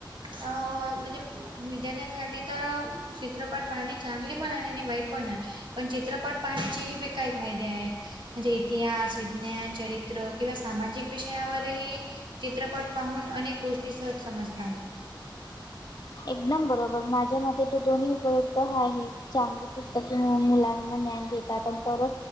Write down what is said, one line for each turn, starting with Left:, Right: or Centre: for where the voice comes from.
Right: अं म्हणजे- विद्यार्थ्यांसाठी तर चित्रपट पाहणे चांगले पण आहे आणि वाईट पण आहे. पण चित्रपट पाहण्याचेही काही फायदे आहेत. म्हणजे इतिहास, विज्ञान, चरित्र किंवा सामाजिक विषयावरही- चित्रपट पाहून अनेक गोष्टी सहज समजतात.
Left: एकदम बरोबर. माझ्या मते तर दोन्ही उपयुक्त आहे. चांगली पुस्तके मुलांना ज्ञान देतात. नंतर-